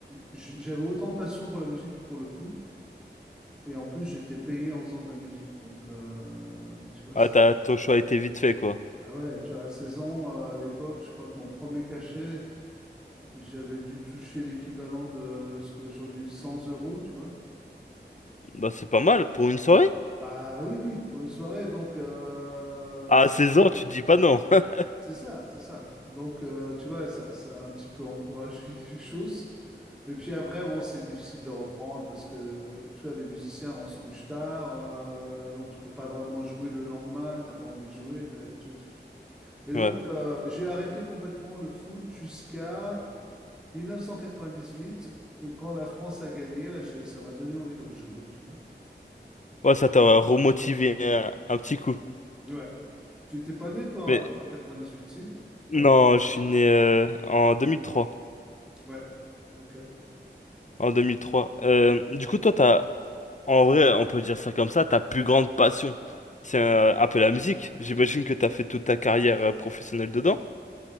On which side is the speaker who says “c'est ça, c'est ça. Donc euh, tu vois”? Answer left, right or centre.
Centre